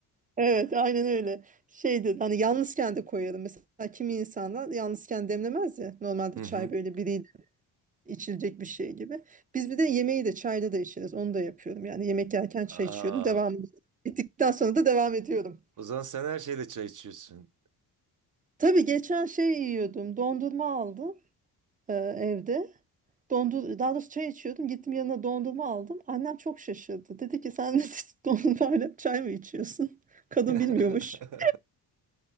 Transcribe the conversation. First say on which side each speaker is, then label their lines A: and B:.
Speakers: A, on the right (about 20°); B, on the right (about 50°).
A: Evet, aynen öyle. Şeydi hani yalnızken de koyarım. Mesela kimi insanlar yalnızken demlemez ya. Normalde
B: Hı
A: çay
B: hı.
A: böyle biriyle içilecek bir şey gibi. Biz bir de yemeği de çayla da içeriz. Onu da yapıyorum. Yani yemek yerken çay
B: Aa,
A: içiyorum. Devam ettikten sonra da devam ediyorum.
B: o zaman sen her şeyle çay içiyorsun.
A: Tabii geçen şey yiyordum. Dondurma aldım e, evde. Dondur daha doğrusu çay içiyordum. Gittim yanına dondurma aldım. Annem çok şaşırdı. Dedi ki sen <laughs> dedi, dondurmayla çay mı içiyorsun? Kadın
B: <laughs>
A: bilmiyormuş. <laughs>